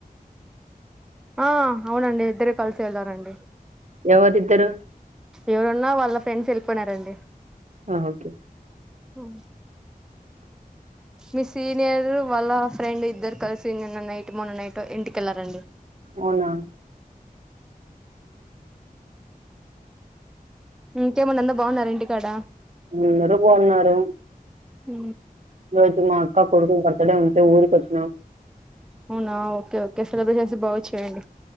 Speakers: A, in the centre; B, on the right.
A: ఆ అవునండి ఇద్దరు కలిసి వెళ్దారంండి
B: ఎవరుద్దరు
A: ఎవరున్నా వాళ్ళ ఫ్రెండ్స్ వెళ్ళిపోన్నారండి
B: ఆ ఓకే
A: ఓ మీ సీనియర్ వాళ్ళ ఫ్రెండ్ ఇద్దరు కలిసి నిన్న నైట్ మొన్న నైట్ ఇంటికెళ్ళారంండి
B: అవునా
A: ఇంకేమడి అందా బాగున్నారు ఇంటికాడ
B: అందరూ బాగున్నారు
A: హ
B: ఈ రోజు మా అక్క కొడుకురు బర్తడే ఉంత ఊరికి వచ్చ
A: అవునా ఓకే ఓకే సెలబ్రేట్ చేసి బాగాచ్చేయండి